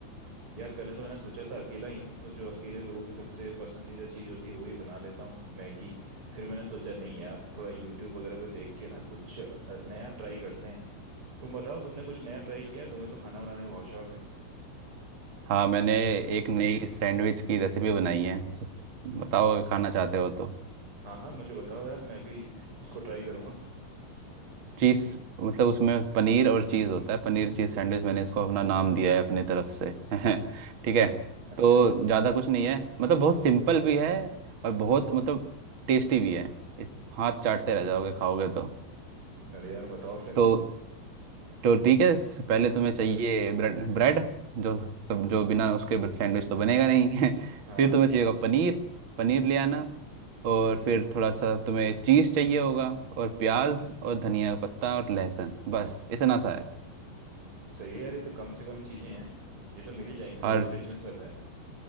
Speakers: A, on the right (about 30°); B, on the right (about 45°).
A: यार पहले तो मैंने सोचा था अकेला ही हूँ तो जो अकेले लोगों की सबसे पसंदीदा चीज़ होती है वही बना लेता हूँ मैगी फिर मैंने सोचा नहीं यार थोड़ा यूट्यूब वगैरह पे देख के ना कुछ अ, नया ट्राई करते हैं तुम बताओ तुमने कुछ नया ट्राई किया है तुम्हें तो खाना बनाने का बहुत शौक है
B: हाँ मैंने एक नई सैंडविच की रेसिपी बनाई है सो- बताओ अगर खाना चाहते हो तो
A: हाँ हाँ मुझे बताओ यार मैं भी उसको ट्राई करूंगा
B: चीज़ मतलब उसमें पनीर और चीज़ होता है पनीर चीज़ सैंडविच मैंने इसको अपना नाम दिया है अपने तरफ से <laughs> ठीक है
A: अच्छा
B: तो ज़्यादा कुछ नहीं है मतलब बहुत सिंपल भी है और बहुत मतलब टेस्टी भी है इत- हाथ चाटते रह जाओगे खाओगे तो
A: अरे यार बताओ फिर
B: तो तो ठीक है स- पहले तुम्हें चाहिए ब्रेड ब्रेड जो सब जो बिना उसके सैंडविच तो बनेगा नहीं <laughs>
A: हाँ
B: फिर तुम्हें चाहिए होगा पनीर पनीर ले आना और फिर थोड़ा सा तुम्हें चीज़ चाहिए होगा और प्याज और धनिया का पत्ता और लहसुन बस इतना सा है
A: सही है यार ये तो कम से कम चीज़ें हैं ये तो मिल ही जाएंगी मेरे
B: और
A: फ्रिज में सब है